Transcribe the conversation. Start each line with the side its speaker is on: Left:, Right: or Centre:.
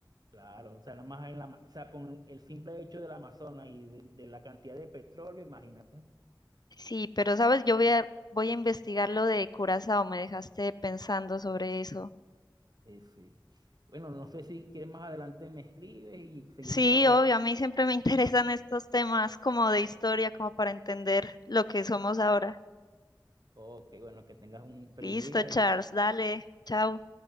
Right: Claro, o sea, nada más en la, o sea, con el simple hecho del Amazonas y de, de la cantidad de petróleo, imagínate.
Left: Sí, pero sabes, yo voy a, voy a investigar lo de Curazao, me dejaste pensando sobre eso.
Right: Sí, sí. Bueno, no sé si quieres más adelante me escribes y seguimos
Left: Sí,
Right: hablando
Left: obvio,
Right: del tema.
Left: a mí siempre me <laughs> interesan estos temas como de historia, como para entender lo que somos ahora.
Right: Ok, bueno, que tengas un feliz
Left: Listo,
Right: día
Left: Charles,
Right: y...
Left: dale, chao.